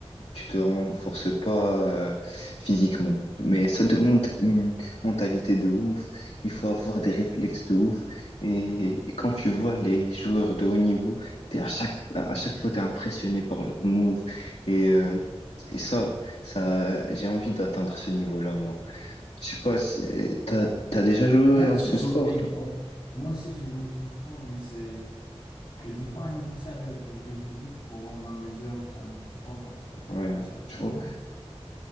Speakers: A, on the left; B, on the left.
A: tu te renforces pas euh, physiquement. Mais ça demande une mentalité de ouf. Il faut avoir des réflexes de ouf. Et, et quand tu vois les joueurs de haut niveau, t'es à chaque, à chaque fois, t'es impressionné par leurs moves. Et, euh, et ça, ça, j'ai envie d'atteindre ce niveau-là, moi. Je sais pas si euh, t'as, t'as déjà joué
B: Moi
A: à
B: aussi,
A: ce
B: je
A: sport,
B: joue au ping-pong.
A: toi?
B: Moi aussi, je joue au ping-pong, mais c'est... Je joue pas à un niveau sérieux, quoi. Je joue juste pour euh, m'amuser entre amis, des fois, quand, euh,
A: Ouais,
B: quand j'ai l'occasion.
A: je vois.